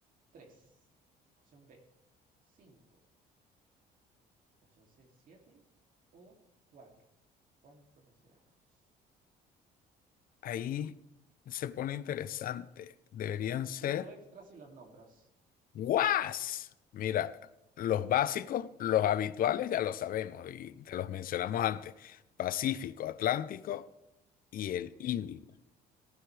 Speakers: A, on the right; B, on the left.
A: tres Opción B, cinco Opción C, siete O cuatro ¿Cuántos océanos?
B: Ahí se pone interesante. Deberían ser
A: Punto extra si los nombras.
B: ¡Guas! Mira, los básicos, los habituales ya lo sabemos y te los mencionamos antes. Pacífico, Atlántico y el Índico.